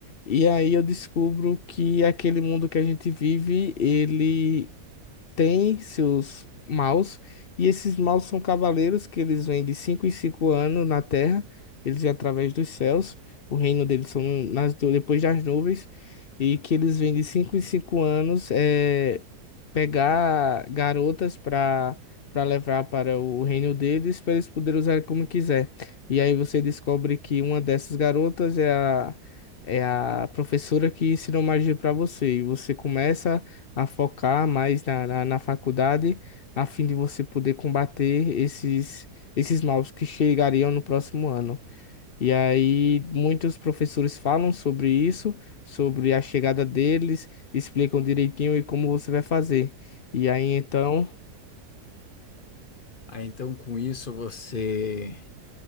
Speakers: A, on the left; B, on the left.
A: E aí eu descubro que aquele mundo que a gente vive, ele tem seus maus, e esses maus são cavaleiros que eles vêm de 5 em 5 anos na Terra, eles vêm através dos céus, o reino deles são nas, du- depois das nuvens, e que eles vêm de 5 em 5 anos é, pegar garotas para para levar para o reino deles, para eles poderem usar como quiser. E aí você descobre que uma dessas garotas é a, é a professora que ensinou magia para você, e você começa a focar mais na, na, na faculdade, a fim de você poder combater esses, esses maus que chegariam no próximo ano. E aí, muitos professores falam sobre isso, sobre a chegada deles, explicam direitinho e como você vai fazer. E aí, então,
B: Aí, então, com isso, você